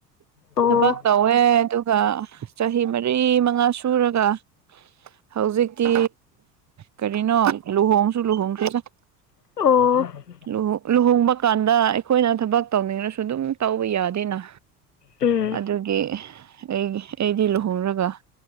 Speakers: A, on the left (about 75°); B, on the right (about 35°).
A: ꯑꯣ
B: ꯊꯕꯛ ꯇꯧꯋꯦ ꯑꯗꯨꯒ ꯆꯍꯤ ꯃꯔꯤ ꯃꯉꯥ ꯁꯨꯔꯒ ꯍꯧꯖꯤꯛꯇꯤ ꯀꯔꯤꯅꯣ ꯂꯨꯍꯣꯡꯁꯨ ꯂꯨꯍꯣꯡꯈ꯭ꯔꯦꯗ
A: ꯑꯣ
B: ꯂꯨꯍꯣꯡ ꯂꯨꯍꯣꯡꯕ ꯀꯥꯟꯗ ꯑꯩꯈꯣꯏꯅ ꯊꯕꯛ ꯇꯧꯅꯤꯡꯉꯁꯨ ꯑꯗꯨꯝ ꯇꯧꯕ ꯌꯥꯗꯦꯅ
A: ꯎꯝ
B: ꯑꯗꯨ ꯒꯤ ꯑꯩꯒꯤ ꯑꯩꯗꯤ ꯂꯨꯍꯣꯡꯔꯒ